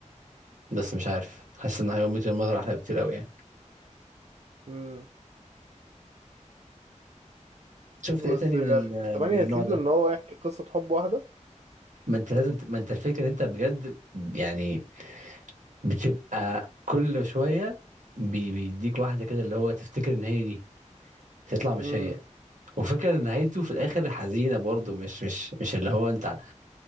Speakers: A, on the right (about 75°); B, on the right (about 60°).
A: بس مش عارف حاسس ان هاو ميت الموضوع احلى كتير قوي يعني
B: مم.
A: شفت
B: بس
A: ايه تاني
B: يعني
A: من ال-
B: تمانية
A: من النوع
B: سيزون
A: ده
B: ان هو يحكي قصة حب واحدة
A: ما انت لازم ت- ما انت الفكرة ان انت بجد يعني بتبقى كل شوية بي- بيديك واحدة كده اللي هو تفتكر ان هي دي تطلع مش
B: امم
A: هي وفكرة ان نهايته في الاخر حزينة برضه مش مش مش اللي هو انت